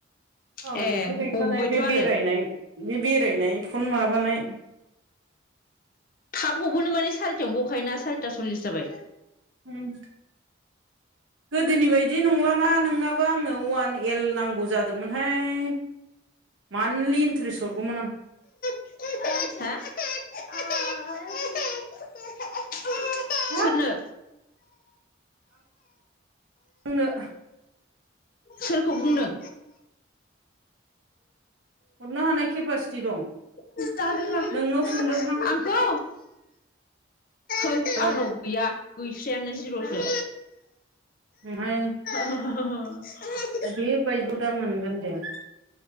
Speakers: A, on the right; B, on the left.
A: औ
B: ए
A: नोंथ' गैखानाय
B: गबोबायथ'
A: बे
B: आरो
A: बेरायनाय बे बेरायनाय फन माबानाय
B: थाब गबोनो माने सारिथायावनो गखायोना सारिता सल्लिस जाबाय।
A: उम
B: <inaudible>
A: गोदोनि बायदि नंलाना नोंनाबो आंनो अवान एल नांगौ जादोंमोनहाय। मान्थलि इन्ट्रेस्ट हरगौमोन आं।
B: <inaudible>
A: हाब
B: सोरनो?
A: आंनो
B: सोरखौ बुंदों?
A: हरनो हानाय केपासिटि दं।
B: जादों
A: नोंनाव सोंदोंहां
B: आंखौ आंनाव
A: औ
B: गैया गैस्रायानो जिर'सो।
A: <unintelligible>
B: <unintelligible>
A: अबे बायदिखौ दा मोनगोन दे